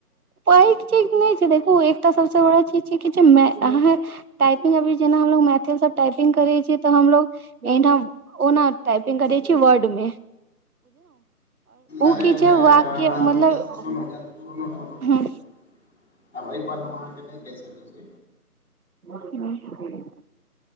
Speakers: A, on the right; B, on the left.
A: पैघ चीज नै छै देखू एकटा सबसे बड़ा चीज छै कि अहाँ टाइपिंग अभी जेना हमलोग मैथिली से टाइपिंग करे छी ते हमलोग एहि ठाम ओना टाइपिंग करे छी वर्ड में
B: अरे
A: की छै
B: मैडम
A: वाक्य मतलब
B: सुनु सुनू सुनू
A: हँ
B: सुनू, आब एहि पर हम अहाँके नहि कहि सकै छी।
A: <inaudible>